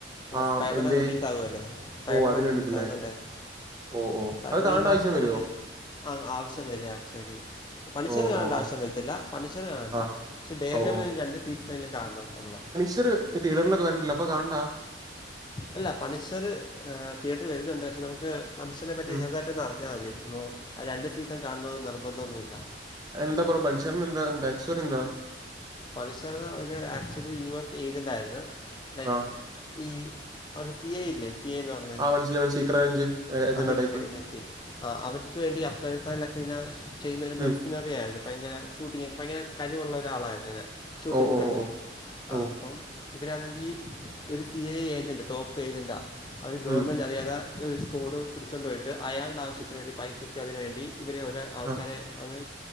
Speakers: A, on the right; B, on the left.
A: ആഹ്
B: സ്പൈഡർമാൻ
A: എന്തേ
B: റിലീസ് ആകുവല്ലേ സ്പൈഡർമാൻ
A: ഓഹ് അതിന് വേണ്ടിട്ടല്ലേ
B: റിലീസ് ആകുന്നുണ്ടേ
A: ഓഹ് ഓഹ്
B: സ്പൈഡർമാൻ
A: അത് കാണണ്ട
B: ഈ മാസം-
A: ആവശ്യം വരുവോ
B: റിലീസ് ആഹ് ആവശ്യം വരും ആക്ച്വലി പണിഷർ
A: ഓഹ്
B: കാണേണ്ട
A: ഓഹ് ഓഹ്
B: ആവശ്യം വരത്തില്ല മനുഷ്യര് കാണേണ്ട
A: ആഹ്
B: പക്ഷെ ഡെയർ
A: ഓഹ്
B: ഡെവിൾ ഒരു രണ്ട് സീസണൽ കാണണം നമ്മള് -
A: ഇതെ തീയേറ്ററിൽ ഒക്കെ വരന്നുണ്ടല്ലോ അപ്പോ കാണണ്ടാ
B: അല്ല പണിഷർ തിയേറ്റൽ വരുന്നുണ്ട് പക്ഷെ നമുക്ക് പണിഷ്‌റിനെ പറ്റി
A: ഉം
B: ചെറുതായിട്ടന്ന് അറിഞ്ഞാൽ മതി- ആഹ് രണ്ട് സീസൺ കാണണം എന്ന് നിർബന്ധമൊന്നുമില്ല
A: എന്താ ബ്രോ പണിഷ്‌റിന്റെ എന്താ <unintelligible> എന്താ
B: പണിച്ചർ ഒരു ആക്ച്വലി യു എസ് ഏജന്റ് ആയിരുന്നു ലൈക്ക്-
A: ആ
B: ഈ സി ഐ ഇല്ലേ സി എന്ന് അതെ
A: ആ മനസ്സിലായി മനസ്സിലായി സീക്രട്ട് റേഞ്ച് ഏജന്റ
B: ആ സീക്രട്ട്
A: ടൈപ്പ്
B: ഏജൻസി ആഹ് അവർക്ക് വേണ്ടി അഫ്ഗാനിസ്ഥാനിലൊക്കെ ഇതിനാ ചെയ്യുന്നതിന് മെർസിനറി
A: ഉം
B: ആയിരുന്നു ഭയങ്കര ഷൂട്ടിങ്ങ് ഒക്കെ ഭയങ്കര കഴിവുള്ള ഒരാളായിരുന്നു ഷൂട്ടിങ്ങിലൊക്കെ
A: ഓ ഓ ഓ ഓ
B: ആ
A: ഓ
B: അപ്പം ഇബരാണെങ്കി ഒരു C I A agent top ഏജന്റാ അവര് ഗവൺമെന്റ്
A: ഉം
B: അറിയാതെ. ഒരു സ്കോഡ് പിടിച്ചുകൊണ്ടുപോയിട്ട് അയാളുടെ ആവശ്യത്തിന്
A: ഉം.
B: വേണ്ടി പൈസക്കും അതിന് വേണ്ടി- ഇവരെ ആൾക്കാരെ
A: ആ
B: അന്ന്